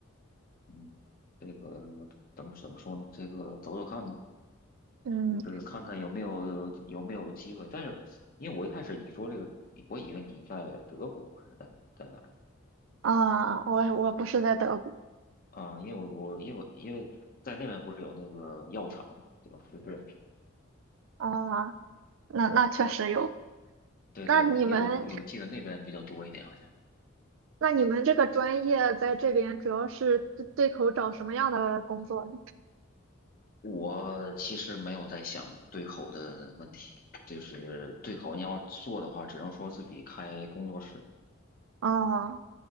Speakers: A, on the left (about 45°); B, on the right (about 70°).
A: 嗯，这个怎么怎么说呢？这个走走看吧。
B: 嗯，
A: 就是看看有没有有没有机会。但是因为我一开始你说这个，我以为你在德国还是在在哪儿
B: 啊，我我不是在德国，
A: 啊？因为我我因为我因为在那边不是有那个药厂嘛，对吧？就是
B: 啊，那那确实有。
A: 对对吧？
B: 那你们，
A: 因为我就有记得那边比较多一点，好像。
B: 那你们这个专业在这边主要是对对口找什么样的工作呢？
A: 我其实没有在想对口的问题，就是对口你要做的话，只能说自己开工作室。
B: 啊，